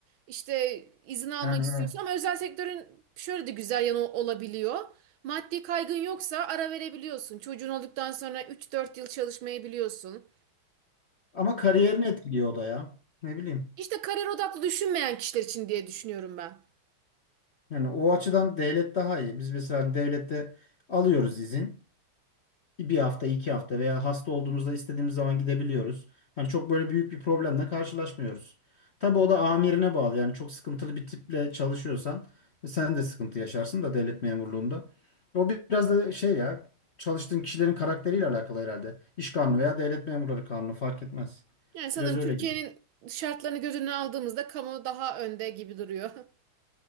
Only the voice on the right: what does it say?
İşte izin almak
istiyorsun
ama özel sektörün şöyle de güzel yanı olabiliyor. Maddi kaygın yoksa ara verebiliyorsun. Çocuğun olduktan sonra üç dört yıl çalışmayabiliyorsun.
İşte kariyer odaklı düşünmeyen kişiler için diye düşünüyorum ben.
Yani sanırım
Türkiye'nin
şartlarını göz önüne aldığımızda kamu daha önde gibi duruyor. <laughs>